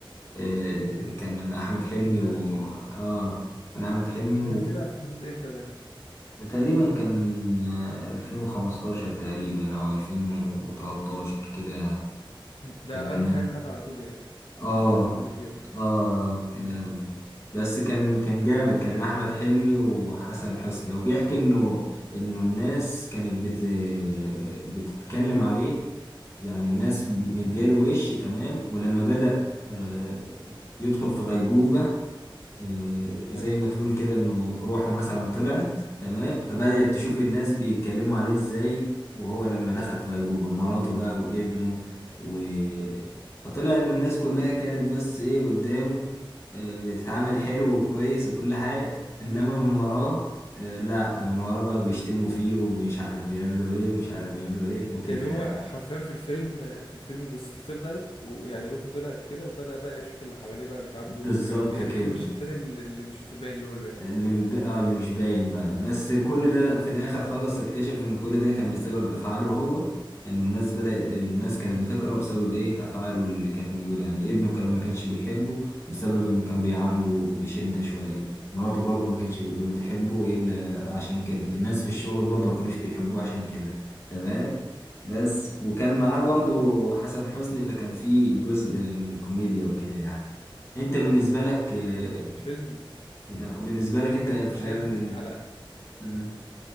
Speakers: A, on the left; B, on the left.
A: آه، كان احمد حلمي
B: ده
A: و اه كان احمد حلمي
B: ده كان طلع في حدود امتى ده
A: و تقريبا كان آه، 2015 تقريبا او 2013 كده يعني
B: مم. ده
A: تمام
B: قبل خيال مآتة على طول يعني
A: اه
B: ولا في الحدود دي ولا ايه
A: اه كان
B: امم
A: بس كان كان جامد
B: كان بيحكي
A: كان
B: عن
A: احمد
B: ايه ده
A: حلمي وحسن حسني وبيحكي انه انه الناس كانت بت بتتكلم عليه يعني الناس مدياله
B: امم
A: وش تمام ولما بدأ آه، يدخل في غيبوبة آه،
B: حلو
A: زي ما تقول كده انه روحه مثلا طلعت تمام فبدأت تشوف الناس
B: امم
A: بيتكلموا عليه ازاي وهو لما دخل في غيبوبة مراته بقى وابنه و... فطلع انه الناس كلها كانت بس ايه قدامه آه، بتتعامل حلو وكويس وكل حاجة انما
B: امم
A: من وراه آه، لا من وراه بقى بيشتموا فيه ومش عارف بيعملوا ايه ومش عارف بيعملوا ايه وكده
B: يعني هو
A: يعني
B: حرفيا في الفيلم في الفيلم جثته طلعت ويعني روحه طلعت كده وبدأ بقى يشوف اللي حواليه بقى بيتعاملوا
A: بالظبط
B: كانوا يعني
A: كده
B: ايه الوش التاني اللي اللي مش باين له يعني
A: اللي متب... اه اللي مش باين بقى بس كل ده في الاخر خالص اكتشف ان كل ده كان بسبب افعاله هو ان الناس بدأ الناس
B: مم.
A: كانت بتكرهه بسبب ايه افعاله اللي كانت موجوده يعني ابنه كان ما كانش بيحبه بسبب انه كان بيعامله بشده شويه مراته برضه ما كانتش بتحبه الا عشان كده الناس في الشغل برضه ما كانوش بيحبوه عشان كده تمام بس وكان معاه
B: امم
A: برضه حسن حسني فكان في جزء من الكوميديا وكده يعني انت بالنسبه لك آه،
B: لا ال- الفيلم
A: يعني بالنسبة
B: الفيلم
A: لك أنت
B: اللي
A: أفلام
B: بحبه
A: من
B: على
A: مم.